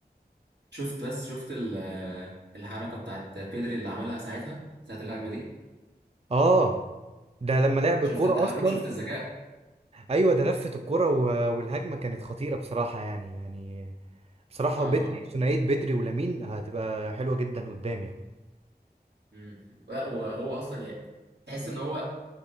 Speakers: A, on the right; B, on the right.
A: شفت بس شفت ال- آه، الحركة بتاعت بيدري اللي عملها ساعتها ساعة الهجمة دي
B: اه ده لما لعب
A: شفت
B: الكوره
A: التحرك
B: اصلا
A: شفت الذكاء
B: ايوه ده لفت الكوره و- والهجمه كانت خطيره بصراحه يعني يعني بصراحه
A: اه
B: بدري ثنائيه بدري ولامين هتبقى حلوه جدا قدام يعني
A: امم لا، وهو اصلا يعني تحس ان هو